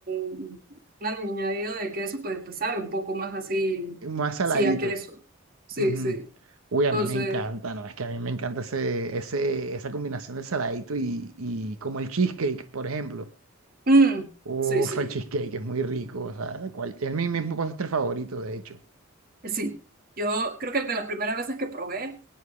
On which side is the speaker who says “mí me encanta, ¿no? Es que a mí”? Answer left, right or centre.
Right